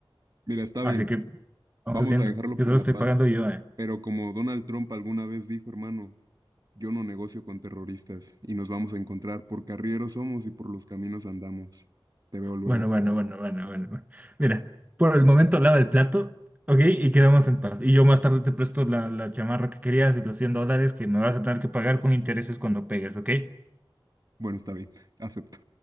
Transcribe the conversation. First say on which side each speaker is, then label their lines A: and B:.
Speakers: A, on the right (about 45°); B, on the right (about 20°).
A: Mira, está
B: Así
A: bien,
B: que vamos
A: vamos
B: viendo,
A: a dejarlo
B: que
A: por
B: solo
A: la
B: estoy
A: paz.
B: pagando yo, ¿eh?
A: Pero como Donald Trump alguna vez dijo, hermano, Yo no negocio con terroristas y nos vamos a encontrar por carrieros somos y por los caminos andamos. Te veo luego.
B: Bueno, bueno, bueno, bueno, bueno, bueno. Mira, por el momento lava el plato, ¿ok? Y quedamos en paz. Y yo más tarde te presto la, la chamarra que querías y los 100 dólares que me vas a tener que pagar con intereses cuando pegues, ¿ok?
A: Bueno, está bien, <laughs> acepto.